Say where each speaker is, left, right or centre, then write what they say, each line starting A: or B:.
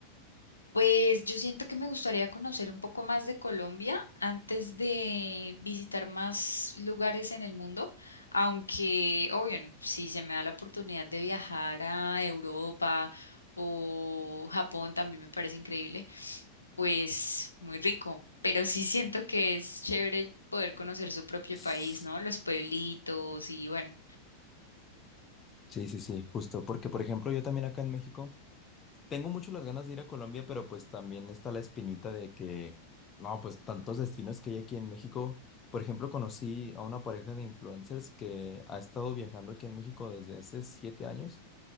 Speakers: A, on the left; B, on the left.
A: Pues yo siento que me gustaría conocer un poco más de Colombia antes de visitar más lugares en el mundo, aunque, obvio, n- si se me da la oportunidad de viajar a Europa o Japón, también me parece increíble, pues muy rico, pero sí siento que es chévere poder conocer su propio
B: Sí,
A: país, ¿no? Los pueblitos y bueno.
B: sí, sí, justo, porque por ejemplo yo también acá en México Tengo mucho las ganas de ir a Colombia, pero pues también está la espinita de que, no, pues tantos destinos que hay aquí en México. Por ejemplo, conocí a una pareja de influencers que ha estado viajando aquí en México desde hace siete años